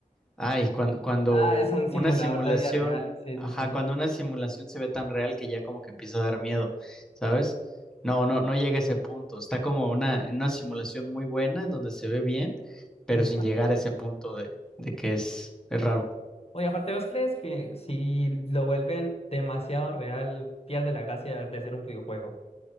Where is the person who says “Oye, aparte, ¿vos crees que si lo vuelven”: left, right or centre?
Left